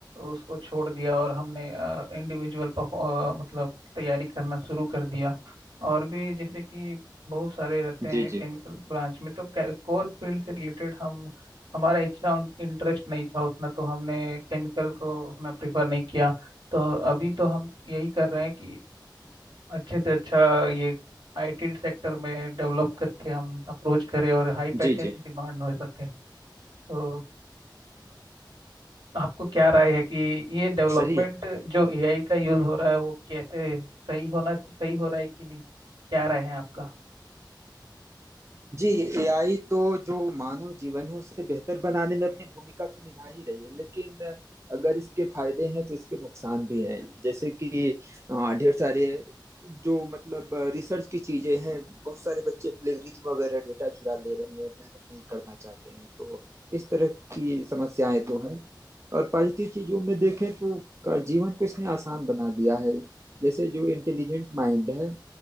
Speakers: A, on the right (about 65°); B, on the right (about 35°).
A: उसको छोड़ दिया और हमने इंडिविजुअल मतलब तैयारी करना शुरू कर दिया और भी जैसे कि बहुत सारे रहते
B: जी
A: हैं केमिकल
B: जी
A: ब्रांच में तो कोर फील्ड से रिलेटेड हम हमारा इच्छा इंटरेस्ट नहीं था उतना तो हमने केमिकल को उतना प्रेफर नहीं किया तो अभी तो हम यही कर रहे हैं कि अच्छे से अच्छा ये आईटी सेक्टर में डेवलप करके हम अप्रोच करें और हाई पैकेज
B: जी जी
A: डिमांड हो सके तो आपको क्या राय है कि ये डेवलपमेंट
B: सही है
A: जो एआई का यूज हो रहा है वो कैसे सही होना सही हो रहा है कि नहीं क्या राय है आपका
B: जी एआई तो जो मानव जीवन है उसे बेहतर बनाने में अपनी भूमिका तो निभा ही रही है लेकिन अगर इसके फायदे हैं तो इसके नुकसान भी हैं जैसे कि अ, ढेर सारे जो मतलब रिसर्च की चीजें हैं बहुत सारे बच्चे प्लेगरिज्म वगैरह डेटा चुरा ले रहे हैं मेहनत नहीं करना चाहते हैं तो इस तरह की समस्याएं तो हैं और पॉजिटिव चीजों में देखें तो का जीवन को इसने आसान बना दिया है जैसे जो इंटेलिजेंट माइंड है